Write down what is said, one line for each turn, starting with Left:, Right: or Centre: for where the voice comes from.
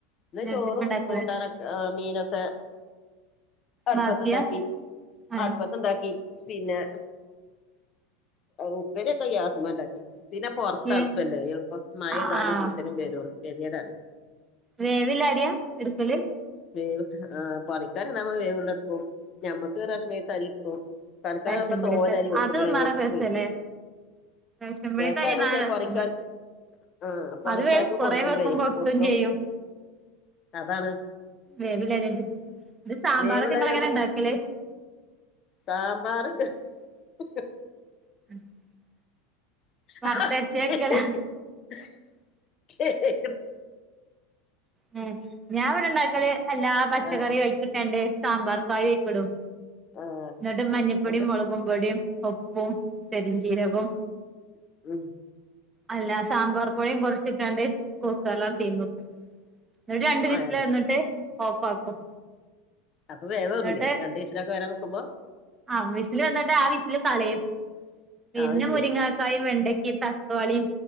Left: ഇന്ന്
Right: രണ്ടുമ്മെ
Left: ചോറും
Right: ഇണ്ടാക്കൂലേ
Left: കൂട്ടാനൊക്കെ ആഹ് മീനൊക്കെ അടുപ്പത്ത്
Right: ബാക്കിയാ
Left: ഉണ്ടാക്കി
Right: ഏഹ്
Left: അടുപ്പത്ത് ഉണ്ടാക്കി പീ പിന്നെ ഉപ്പേരി ഒക്കെ ഗ്യാസ്മെ ഉണ്ടാക്കി. പിന്നെ പൊറ്ത്ത്
Right: ഏ
Left: അടുപ്പല്ലേ. യൾപ്പം മഴ
Right: ആഹ്
Left: പെയ്താലും
Right: ആഹ്
Left: ചീത്തനും വരും ഗെതിയേടാണ്.
Right: വേവില്ല അരിയ ഇട്ക്കല്
Left: വേവ് ആഹ് പണിക്കാര് ണ്ടാവുമ്പോ വേവുള്ള വെക്കും ഞമ്മക്ക് റേഷനീത്തെ അരിക്കും. പണി ക്കാരവുമ്പോ
Right: റേഷൻ പീടിയത്തെ
Left: തോനെ അരി വെക്കുമ്പോളെ
Right: അത് തിന്നാനാ
Left: ഒട്ടും.
Right: രസല്ലേ റേഷൻ പീടിയത്തെ
Left: രസാണ്
Right: അരി തിന്നാനാ
Left: പക്ഷെ
Right: രസം
Left: പണിക്കാർ
Right: പറ
Left: ആഹ പണിക്കാർക്ക്
Right: അത് വേ കൊറേ
Left: കൊടുക്കുമ്പോളേ
Right: വെക്കുമ്പോ ഒട്ടും
Left: പൊട്ടും
Right: ചെയ്യും
Left: അതാണ്.
Right: വേവില്ല ഇത് സാമ്പാറൊക്കെ
Left: വേവുള്ളരിയാവുമ്പോ
Right: ഇങ്ങള് എങ്ങനാ ഇണ്ടാക്കല്.
Left: സാമ്പാറ് ഹി ഹേ
Right: <unintelligible>
Left: <unintelligible>
Right: വറുത്തരച്ച് വെക്കലാ ഉു ഞാൻ ഇവിടെ ഇണ്ടാക്കല് എല്ലാ പച്ചക്കറി
Left: ആ
Right: അയ്ക്കിട്ടാണ്ട് സാമ്പാർ കായം അയ്ക്കു ഇടും.
Left: ആ
Right: ന്നിട്ട് മഞ്ഞപ്പൊടിയും
Left: ന്നട്ട്
Right: മുളകും പൊടിയും ഉപ്പും പെരിഞ്ചീരകും
Left: <unintelligible>
Right: അല്ല സാമ്പാർ പൊടിയും കുറച്ചിട്ടാണ്ട് കുക്കറിലാണ്ട്തീമക്കും ന്നിട്ട് രണ്ട് വിസില്
Left: ഏ
Right: ന്നിട്ട് ഓഫ് ആക്കും.
Left: അപ്പൊ വേവ്റൂലെ
Right: എന്നിട്ട്
Left: രണ്ടീസല് ഒക്കെ വരാൻ നിക്കുമ്പോ.
Right: ആ വിസില് വന്നിട്ട് ആ വിസില് കളയും പിന്നെ
Left: അത് ശരി
Right: മുരിങ്ങ ക്കായ വെണ്ടക്കിം തക്കാളിയും